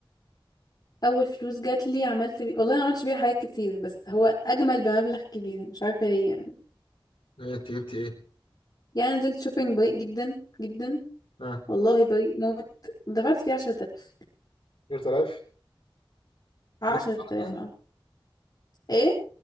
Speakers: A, on the left; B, on the left.
A: اول فلوس جات لي عملت بي... والله انا ما عملتش بيها حاجات كتير بس هو اجمل بمبلغ كبير مش عارفة ليه يعني
B: إيه، أنت جبتي إيه؟
A: يعني نزلت شوبينج بريء جدا جدا
B: ها
A: والله بريء موت دفعت فيه 10000
B: 10000
A: 10000
B: في نزلة واحدة
A: اه ايه